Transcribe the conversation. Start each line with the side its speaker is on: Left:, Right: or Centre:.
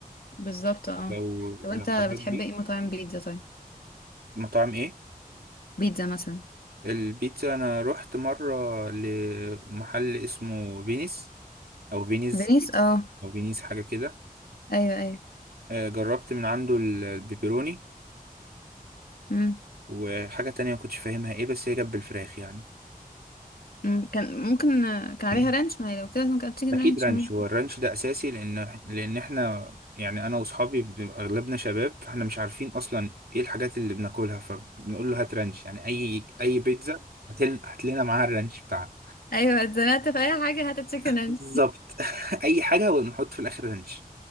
Left: بالظبط اه
Right: لو
Left: طب
Right: لو
Left: انت
Right: حضرتك
Left: بتحب
Right: دي
Left: ايه مطاعم بيتزا طيب
Right: مطاعم ايه
Left: بيتزا مثلا
Right: البيتزا انا رحت مره لمحل اسمه فينيس او فينيز
Left: فينيس اه
Right: او فينيس حاجه كده
Left: ايوه ايوه
Right: آه، جربت من عنده ال- البيبروني
Left: امم.
Right: وحاجه تانية ما كنتش فاهمها ايه بس هي جنب الفراخ يعني
Left: مم، كان ممكن كان
Right: <clears throat>
Left: عليها رانش ما هي لو كده ممكن هات تشيكن
Right: اكيد
Left: رانش
Right: رانش
Left: ممكن
Right: هو الرانش ده اساسي لان لان احنا يعني انا واصحابي بنبقى اغلبنا شباب فاحنا مش عارفين اصلا ايه الحاجات اللي بناكلها فبنقول له هات رانش يعني اي اي بيتزا هتل- هات لنا معاها الرانش بتاعها
Left: ايوه اتزنقت في اي حاجه هات تشيكن رانش
Right: بالظبط <laughs> اي حاجه ونحط في الاخر رانش